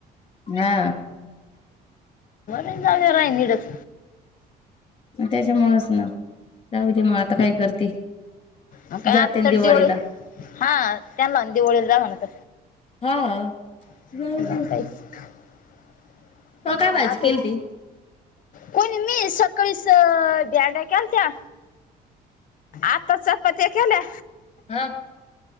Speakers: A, on the left (about 35°); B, on the left (about 55°).
A: हा
B: <unintelligible> आहे निडच
A: मग त्याच्यामुळेच ना जाऊदे मग आता काय करती
B: मग काय
A: जाते
B: आता
A: ना
B: तर
A: दिवाळीला
B: दिवळी हा त्यांना दिवळीला जा म्हणत
A: हा
B: <unintelligible>
A: जाऊ दे
B: बरं
A: हो काय भाजी
B: आते
A: केली ती?
B: कोणी मी सकाळीस धेरड्या केलत्या आता चपात्या केल्या
A: हा